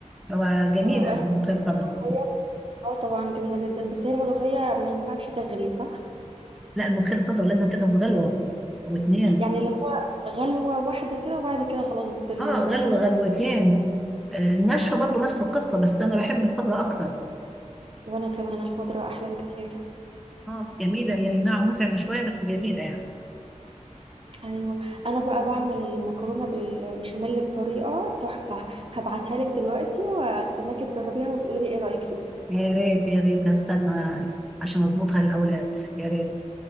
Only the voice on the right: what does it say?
اه هي
ملوخية؟ آه، طبعا جميلة جدا بس هي الملوخية ما ينفعش تغلي صح
يعني اللي هو غلوة واحدة كده وبعد كده خلاص بن...
بنعمل
وانا كمان الخضرة احلى بكتير
ايوه انا بقى بعمل المكرونة بالبشاميل بطريقة تحفة هبعتها لك دلوقتي واستناكي تجربيها وتقولي لي ايه رأيك فيها